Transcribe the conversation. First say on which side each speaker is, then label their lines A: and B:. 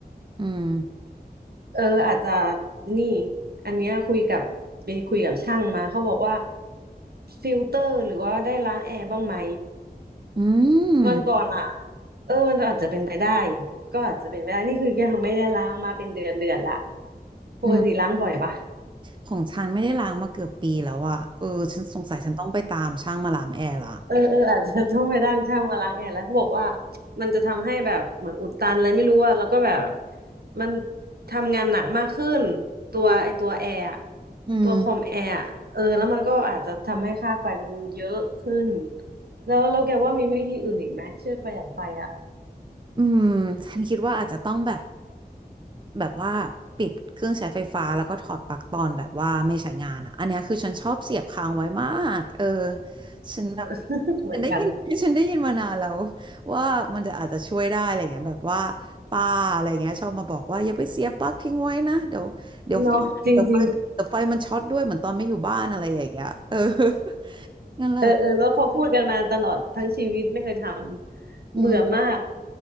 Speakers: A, on the right (about 30°); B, on the right (about 75°).
A: อืม
B: เอออาจจะนี่อันเนี้ยคุยกับไปคุยกับช่างมาเขาบอกว่าฟิลเตอร์หรือว่าได้ล้างแอร์บ้างไหม
A: อืม
B: วันก่อนอ่ะเออมันอาจจะเป็นไปได้ก็อาจจะเป็นไปได้นี่คือยังไม่ได้ล้างมาเป็นเดือนเดือนละปกติล้างบ่อยปะ
A: อืมของฉันไม่ได้ล้างมาเกือบปีแล้วอะเออฉันสงสัยฉันต้องไปตามช่างมาล้างแอร์ละ
B: เออเอออาจจะต้องไปจ้างช่างมาล้างแอร์แล้วเขาบอกว่ามันจะทำให้แบบเหมือนอุดตันอะไรไม่รู้อะแล้วก็แบบมันทำงานหนักมากขึ้นตัวไอตัวแอร์อะ
A: อืม
B: ตัวคอมแอร์อะเออแล้วมันก็อาจจะทำให้ค่าไฟมันเยอะขึ้นแล้วแล้วแกว่ามีวิธีอื่นอีกไหมช่วยประหยัดไฟอะ
A: อืมฉันคิดว่าอาจจะต้องแบบแบบว่าปิดเครื่องใช้ไฟฟ้าแล้วก็ถอดปลั๊กตอนแบบว่าไม่ใช้งานอ่ะอันเนี้ยคือฉันชอบเสียบค้างไว้มากเออฉันแบบ
B: <laughs> เหมือนกัน
A: ฉันได้ยิน <laughs> ฉันได้ยินมานานแล้วว่ามันจะอาจจะช่วยได้อะไรเงี้ยแบบว่าป้าอะไรเงี้ยชอบมาบอกว่าอย่าไปเสียบปลั๊กทิ้งไว้นะเดี๋ยวเดี๋ยวไฟเดี๋ยวไฟมันเดี๋ยวไฟมันช็อตด้วยเหมือนตอนไม่อยู่บ้านอะไรอย่างเงี้ยเออ
B: เนาะจริงๆ
A: <laughs> นั่นแหละ
B: เออเออแล้วเขาพูดกันมาตลอดทั้งชีวิตไม่เคยทำเบื่อมาก
A: อืม